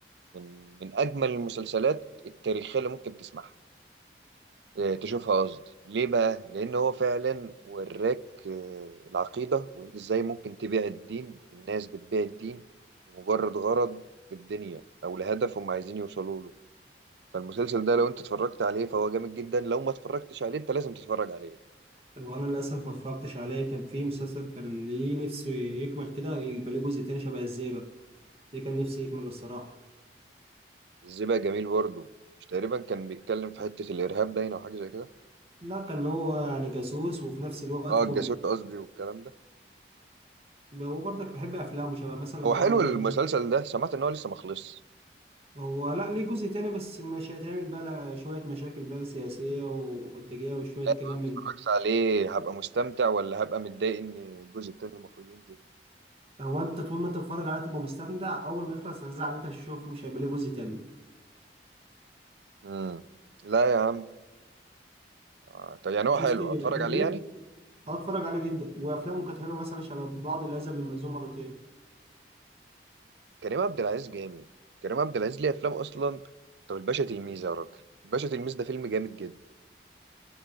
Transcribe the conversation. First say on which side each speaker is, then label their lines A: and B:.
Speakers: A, on the right (about 75°); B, on the right (about 35°).
A: من من اجمل المسلسلات التاريخيه اللي ممكن تسمعها آه، تشوفها قصدي ليه بقى لان هو فعلا وراك آه، العقيده وان ازاي ممكن تبيع الدين الناس بتبيع الدين لمجرد غرض في الدنيا او لهدف هم عايزين يوصلوا له فالمسلسل ده لو انت اتفرجت عليه فهو جامد جدا لو ما اتفرجتش عليه انت لازم تتفرج عليه
B: وأنا للأسف ما اتفرجتش عليه كان في مسلسل كان ليه نفسه يكمل كده يبقى ليه جزء تاني شبه الزيبق ده كان نفسي يكمل الصراحة
A: الزبق جميل برضه مش تقريبا كان بيتكلم في حتة الارهاب باين او حاجة زي كده
B: لا كان هو يعني جاسوس وفي نفس الوقت
A: اه
B: كوميدي
A: الجاسوس قصدي والكلام ده
B: وبرضك بحب أفلامه شبه مثلا
A: هو
B: بعض
A: حلو
B: اللي
A: المسلسل
B: هي
A: ده سمعت ان هو لسه ما خلصش
B: هو لا ليه جزء تاني بس مش هيتعمل بقى لها شوية مشاكل بقى سياسية وانتاجية وشوية
A: يعني لو أنا
B: كلام من
A: اتفرجت
B: ده.
A: عليه هبقى مستمتع ولا هبقى متضايق ان الجزء التاني المفروض ينزل
B: هو انت طول ما انت بتتفرج عليه تبقى مستمتع اول ما يخلص هتزعل ان انت مش هتشوف مش هيبقى ليه جزء تاني
A: امم لا يا عم آه. طب يعني هو
B: شفت
A: حلو
B: افلام
A: اتفرج عليه
B: ايه؟
A: يعني
B: اه اتفرج عليه جدا وافلامه كانت حلوه مثلا شبه بعض اللي ذهب للمأذون مرتين
A: كريم عبد العزيز جامد كريم عبد العزيز ليه افلام اصلا طب الباشا تلميذ يا راجل الباشا تلميذ ده فيلم جامد جدا